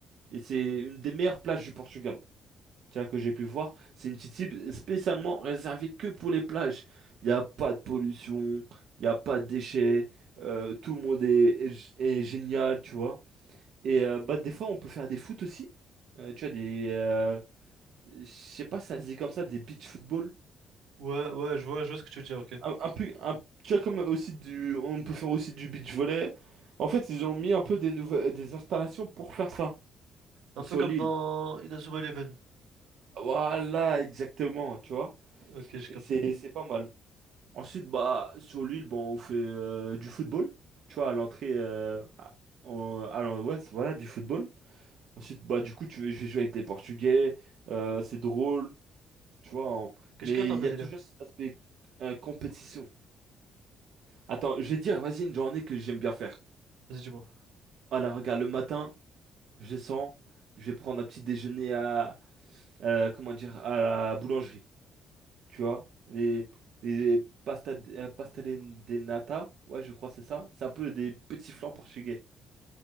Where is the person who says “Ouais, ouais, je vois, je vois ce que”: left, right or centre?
Right